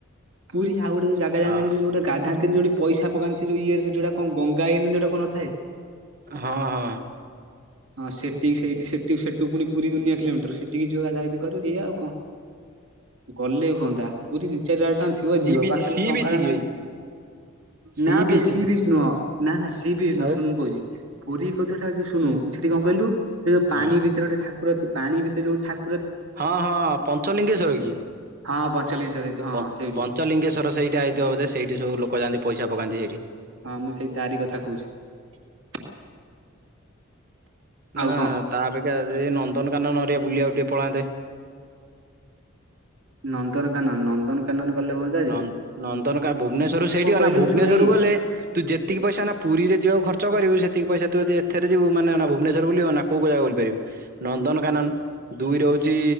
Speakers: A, on the right; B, on the right.
A: ପୁରୀ ଆଉ ଗୋଟେ ଯୋଉ ଜାଗା
B: ହଁ।
A: ଯାଆନ୍ତି ଦେଖୁଚ ଯୋଉ ଗୋଟେ ଗାଧାନ୍ତିନି ଯୋଉଠି ପଇସା ପକାନ୍ତି ସେଯୋଉ ଇଏର ସେ ଯୋଉଟା କଣ ଗଙ୍ଗା ଏଇନା <unintelligible> କଣ ନଥାଏ।
B: ହଁ ହଁ
A: ହଁ ସେଠିକି ସେଇଠି ସେଠି ସେଠୁ ପୁଣି ପୁରି ଦୁନିଆ କିଲୋମିଟର ସେଠିକି ଯିବ ଗାଧାଗାଧି କରିବ ଏଇଆ ଆଉ କଣ? ଗଲେ ହୁଅନ୍ତା ପୁରୀ ଦି ଚାରି ହଜାର ଟଙ୍କା ଥିବ
B: ସି
A: ଯିବ
B: ବିଚ୍
A: ପାଖରେ
B: ସି
A: ଟଙ୍କାଟେ
B: ବିଚ୍ କି
A: ନାହିଁ।
B: ସି
A: ନାବେ
B: ବିଚ୍
A: ସିବିଜ ନୁହଁ ନାଁ ନାଁ ସିବିଜ
B: ଆଉ
A: ନୁହଁ ଶୁଣୁ ମୁଁ କହୁଛି। ପୁରୀ କଥାଟା ଯୋଉ ଶୁଣୁ ସେଠି କଣ କହିଲୁ ସେ ଯୋଉ
B: ହଁ
A: ପାଣି ଭିତରେ ଠାକୁର ଅଛି ପାଣି ଭିତରେ ଯୋଉ ଠାକ।
B: ହଁ ହଁ ପଞ୍ଚଲିଙ୍ଗେଶ୍ଵର କି?
A: ହଁ ପଞ୍ଚଲିଙ୍ଗେଶ୍ୱର ହେଇଥିବ ହଁ
B: ପଞ୍ଚ
A: ସେଇଠି
B: ପଞ୍ଚଲିଙ୍ଗେଶ୍ଵର ସେଇଟା ହେଇ ଥିବ ବୋଧେ ସେଇଠି ସବୁ ଲୋକ ଯାଆନ୍ତି ପଇସା ପକାନ୍ତି ସେଇଠି।
A: ହଁ ମୁଁ ସେଇ ତାଆରି କଥା କହୁଛି। ଆଉ
B: ନାଁ
A: କଣ
B: ତା ଅପେକ୍ଷା ରେ ନନ୍ଦନକାନନ ହେରିକା ବୁଲିବାକୁ ଟିକିଏ ପଳାନ୍ତେ।
A: ନନ୍ଦନକାନନ ନନ୍ଦନକାନନ ଗଲେ ହୁଅ
B: ନନ୍ଦ ନନ୍ଦନକା ଭୁବନେଶ୍ୱରରୁ ସେଇଠି
A: କହିଲୁ
B: ଅନା ଭୁବନେଶ୍ୱରୁ
A: ଶୁଣୁ ଏଇ
B: ଗଲେ ତୁ ଯେତିକି ପଇସା ଅନା ପୁରୀରେ ଯିବାକୁ ଖର୍ଚ୍ଚ କରିବୁ ସେତିକି ପଇସା ତୁ ଯଦି ଏଥିରେ ଯିବୁ ମାନେ ଅନା ଭୁବନେଶ୍ୱର ବୁଲିବ ନାଁ। କୋଉ କୋଉ ଜାଗା ବୁଲିପାରିବୁ ନନ୍ଦନକାନନ ଦୁଇରେ ହଉଛି